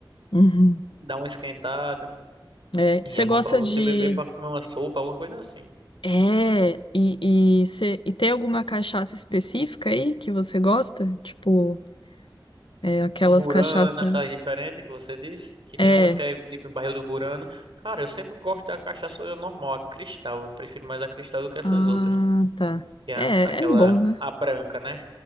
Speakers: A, on the left; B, on the right.
A: Uhum.
B: dá uma esquentada.
A: É, você
B: E é
A: gosta
B: bom pra você
A: de.
B: beber pra comer uma sopa, alguma coisa assim.
A: É, e, e, cê- e tem alguma cachaça específica aí que você gosta? Tipo, é, aquelas
B: um Burana,
A: cachaça.
B: aquelas diferentes que você disse, que
A: É.
B: tem uns que é tipo em barril do Burana. Cara, eu sempre gosto da cachaça normal, a cristal. Eu prefiro mais a cristal do que essas
A: Ah,
B: outras.
A: tá.
B: Que é
A: É,
B: a- aquela,
A: é bom, né?
B: a branca, né?